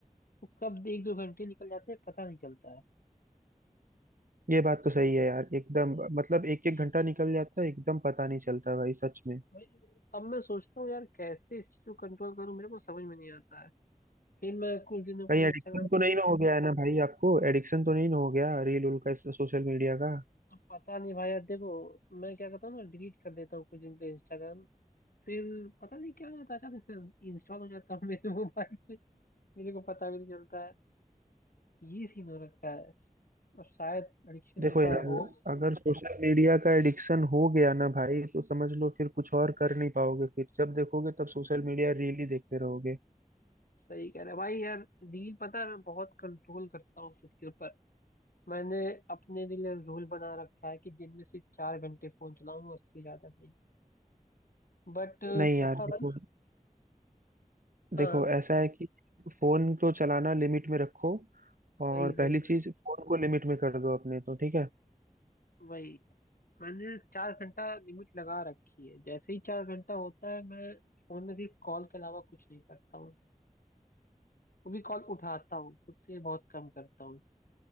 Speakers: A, on the left; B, on the right.
A: वो कब एक दो घंटे निकल जाते हैं पता नहीं चलता है
B: ये बात तो सही
A: तो,
B: है यार एकदम
A: हम्म,
B: मतलब एक एक
A: अब
B: घंटा निकल जाता है एकदम पता नहीं चलता भाई सच में
A: भाई, अब मैं सोचता हूँ यार कैसे इस चीज को कंट्रोल करूँ मेरे को समझ में नहीं आता है फिर मैं कुछ दिनों के
B: कहीं
A: लिए
B: एडिक्शन
A: इंस्टाग्राम
B: तो नहीं ना हो गया है ना भाई आपको एडिक्शन तो नहीं ना हो गया रील उल का सोशल मीडिया का
A: अब पता नहीं भाई यार देखो मैं क्या करता हूँ ना डिलीट कर देता हूँ कुछ दिन के लिए इंस्टाग्राम फिर पता नहीं क्या हो जाता है अचानक से इंस्टॉल हो जाता है <laughs> मेरे मोबाइल में मेरे को पता भी नहीं चलता है ये सीन हो रखा है और शायद एडिक्शन
B: देखो
A: जैसा
B: यार
A: हो गया
B: अगर सोशल मीडिया का एडिक्शन हो गया ना भाई तो समझ लो फिर कुछ और कर नहीं पाओगे फिर जब देखोगे तब सोशल मीडिया रील ही देखते रहोगे
A: सही कह रहे हो भाई यार रील पता है मैं बहुत कंट्रोल करता हूँ खुद के ऊपर मैंने अपने लिए रूल बना रखा है कि दिन में सिर्फ चार घंटे फोन चलाऊंगा उससे ज्यादा नहीं बट
B: नहीं यार
A: ऐसा
B: देखो
A: था ना हाँ
B: देखो ऐसा है कि फोन को चलाना लिमिट में रखो और
A: वही
B: पहली
A: वही
B: चीज
A: वही
B: फोन को लिमिट में कर दो अपने तो ठीक है
A: वही मैंने चार घंटा लिमिट लगा रखी है जैसे ही चार घंटा होता है मैं फोन में सिर्फ कॉल के अलावा कुछ नहीं करता हूँ वो भी कॉल उठाता हूँ खुद से बहुत कम करता हूँ